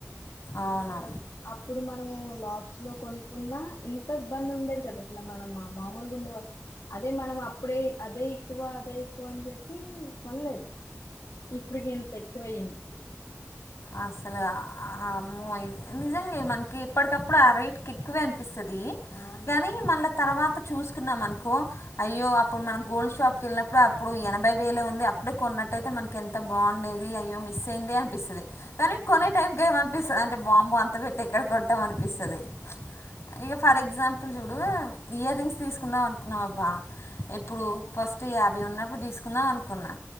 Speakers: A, on the left; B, on the left.
A: అవును
B: వెయ్యి రూపాయ అప్పుడు మనం లాట్స్ లో కొనుకున్నా ఇంత ఇబ్బంది ఉండేది కాదు అసలు మనం మా మామూలుగా ఉండేవాళ్ళ అదే మనం అప్పుడే అదే ఎక్కువ అదే ఎక్కువ అని చెప్పి కొనలేదు ఇప్పుడుకి ఇంత ఎక్కువైంది.
A: అసల్ అమ్మో నిజంగా మనకి ఎప్పటికప్పుడు ఆ రేట్కి ఎక్కువే అం పిస్తది
B: అవును
A: గానీ మళ్ళా తర్వాత చూసుకున్నామనుకో అయ్యో అప్పుడు మనం గోల్డ్ షాప్కెళ్ళినప్పుడు అప్పుడు ఎనభై వేలే ఉంది అప్పుడే కొన్నట్టయితే మనకి ఎంత బాగుండేది అయ్యో మిస్ అయిందే అనిపిస్తది. కానీ కొనే టైంకి ఏమ అనిపిస్తది అంటే వామ్మో అంత పెట్టి ఎక్కడ కొంటామనిపిస్తుది. ఇగ ఫర్ ఎగ్జాంపుల్ చూడు ఇయర్ రింగ్స్ తీసుకుందాం అనుకున్నాం అబ్బా ఎప్పుడు ఫస్ట్ యాభై ఉన్నప్పుడు తీసుకుందాం అనుకున్నా